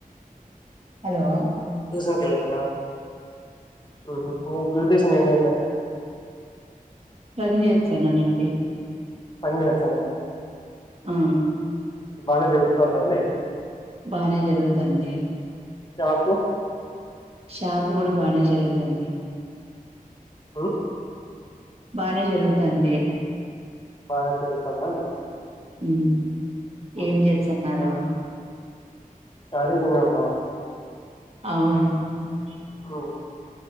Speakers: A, on the right; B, on the left.
A: హలో
B: చూసామ్ కల్కారా <inaudible> <unintelligible> తెలిసింది ఏమిటంటే <unintelligible>
A: పెళ్లి జేయచ్చానానండి <unintelligible>
B: పని చేస్తాన్నా
A: ఆ
B: బానే జరుగుతాందా అండి
A: బానే జరుగుతంది
B: షాపు
A: షాపు కూడా బానే జరుగుతంది
B: ఉ
A: బానే జరుగుతంది
B: బానే జరుగుతందా అండి
A: ఉమ్
B: ఉహు
A: ఏం చేస్తన్నారు
B: శాండ్విచ్ తిన్నాం బామ్మర్ది
A: అవునా
B: ఆ